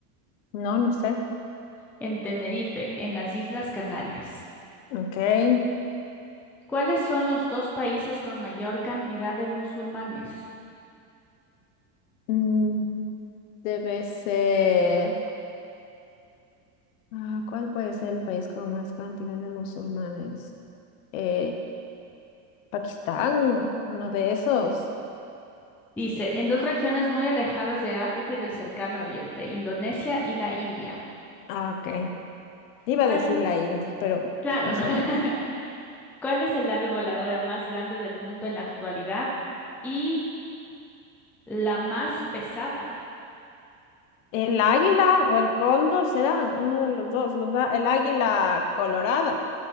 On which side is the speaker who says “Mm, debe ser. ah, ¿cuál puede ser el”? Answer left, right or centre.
Left